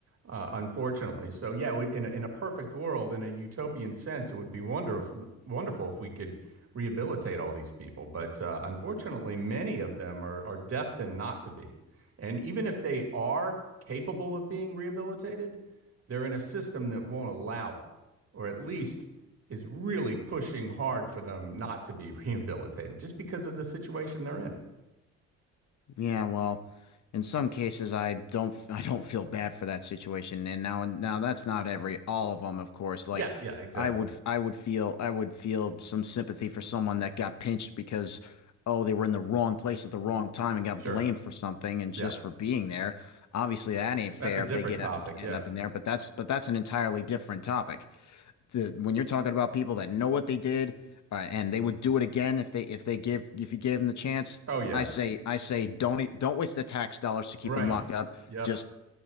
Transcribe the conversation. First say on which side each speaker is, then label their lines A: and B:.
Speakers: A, on the right; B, on the left.
A: uh, unfortunately, so yeah, we, in a, in a perfect world, in a utopian sense, it would be wonderful wonderful if we could rehabilitate all these people. But uh, unfortunately, many of them are are destined not to be, and even if they are capable of being rehabilitated, they're in a system that won't allow it or at least is really pushing hard for them not to be <laughs> rehabilitated just because of the situation they're in.
B: Yeah, well, in some cases, I don't, <laughs> I don't feel bad for that situation. And now, now that's not every, all of them, of course. Like,
A: Yeah, yeah, exactly.
B: I would, I would feel, I would feel some sympathy for someone that got pinched because, oh, they were in the wrong place at the wrong time and got
A: Sure.
B: blamed for something and just
A: Yeah.
B: for being there. Obviously, that ain't fair
A: That's a different
B: if they get
A: topic.
B: end
A: Yeah.
B: up in there. But that's, but that's an entirely different topic the when you're talking about people that know what they did uh, and they would do it again if they if they give if you gave them the chance,
A: Oh yeah.
B: I say I say don't e- don't waste the tax dollars to keep
A: Right.
B: them locked up.
A: Yep.
B: Just